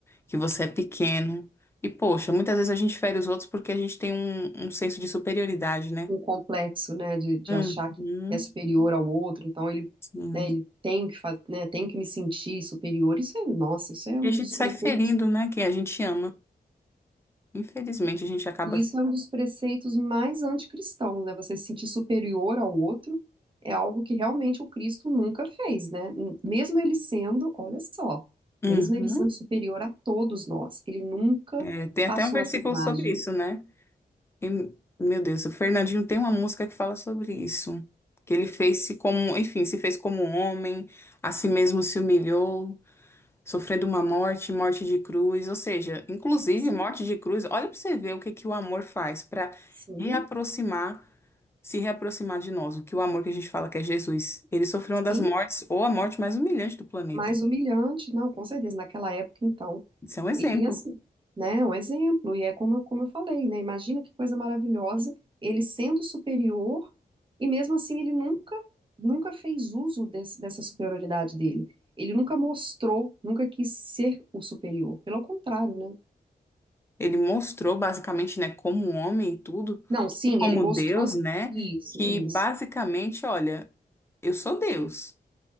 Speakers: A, on the left; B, on the right.
A: que você é pequeno. E, poxa, muitas vezes a gente fere os outros porque a gente tem um, um senso de superioridade, né?
B: Um complexo, né, de, de
A: Uhum,
B: achar que é superior ao outro, então ele,
A: sim.
B: né, ele tem que fazer, né, tem que me sentir superior. Isso é, nossa, isso é
A: E
B: um
A: a gente
B: dos preceitos.
A: sai ferindo, né? Quem a gente ama. Infelizmente, a gente acaba.
B: E isso é um dos preceitos mais anticristãos, né? Você se sentir superior ao outro é algo que realmente o Cristo nunca fez, né? N- Mesmo ele sendo, olha só,
A: Uhum.
B: mesmo ele sendo superior a todos nós, ele nunca
A: É, tem até
B: passou
A: um versículo
B: essa imagem.
A: sobre isso, né? E, meu Deus, o Fernandinho tem uma música que fala sobre isso. Que ele fez-se como, enfim, se fez como um homem, a si mesmo se humilhou, sofrendo uma morte, morte de cruz. Ou seja, inclusive
B: Sim,
A: morte de cruz, olha pra você ver o que que o amor faz para
B: sim,
A: reaproximar, se reaproximar de nós. O que o amor que a gente fala que é Jesus. Ele sofreu uma das
B: sim.
A: mortes, ou a morte mais humilhante do planeta.
B: mais humilhante, não, com certeza, naquela época, então.
A: Isso é um exemplo.
B: E, e assim, né, é um exemplo, e é como, eu- como eu falei, né, imagina que coisa maravilhosa, ele sendo superior, e mesmo assim ele nunca, nunca fez uso desse- dessa superioridade dele. Ele nunca mostrou, nunca quis ser o superior, pelo contrário, né?
A: Ele mostrou basicamente, né, como um homem e tudo,
B: Não, sim,
A: e como
B: ele mostrou
A: Deus, né,
B: isso,
A: que
B: isso.
A: basicamente, olha, eu sou Deus,